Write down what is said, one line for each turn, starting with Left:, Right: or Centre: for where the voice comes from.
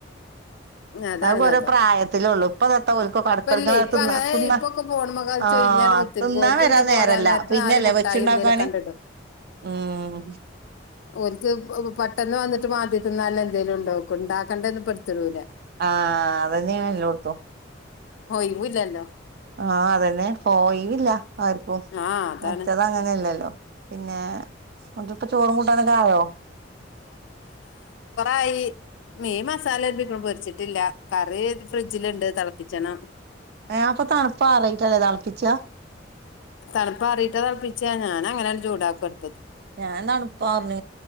Left: അതാണ്
Right: ആഹ
Left: കഥ
Right: അത പ്രായത്തിലേ ഉള്ളു ഇപ്പൊ നിത്തരിക്ക കടക്കള
Left: ഇപ്പല്ലേ ഇപ്പൊ
Right: തിന്ന
Left: അങ്ങനെ
Right: തിന്ന
Left: ഇപ്പൊക്കെ ഫോണുമ്മ കളിച്ച്
Right: ആ
Left: ഒഴിഞ്ഞാണ്ട്
Right: ആ
Left: കുത്തിരിക്കും
Right: തിന്ന
Left: ഓൽക്ക്
Right: വരാ
Left: പിന്നെ
Right: നേരല്ല
Left: പോരാൻ നേരത്ത്
Right: പിന്നെല്ലേ
Left: നാല് മുട്ടായി
Right: വെച്ചുണ്ടാക്കാന്
Left: എന്തേലും കണ്ടിടും
Right: ഉം
Left: ഒരുക്ക് പെട്ടെന്ന് വന്നിട്ട് മാദ്യത്തി നല്ല എന്തേങ്കലും ഉണ്ടോ ഉണ്ടാക്കേണ്ടന്ന് പെടുത്തടുല
Right: ആ അതന്നെയ ണല്ല കൊടുത്തു
Left: ഹ ഇവില്ലല്ല
Right: ആഅതന്നെ പോയില്ല ആർക്കും
Left: ആ അതാണ്
Right: മറ്റത് അങ്ങനെല്ലല്ലോ പിന്നെ മക്കക്കു ചോറും കൂട്ടാനൊക്കൊയോ
Left: ആയി മീ മസാല എ പൊരിച്ചിട്ടില്ല കാര കുറ ഫ്രിഡ്ജിലുണ്ട് തിളപ്പിച്ചണം
Right: ഏഹ് അപ്പൊ തണുപ്പാ ആറിയിട്ടല്ലേ തളപ്പിച്ചാ
Left: തണുപ്പ അറിയിട്ട തളപ്പിച്ചാ ഞാന അങ്ങനെയ ചൂടാക്ക ല്
Right: ഞാൻ തണുപ്പാ പറഞ്ഞ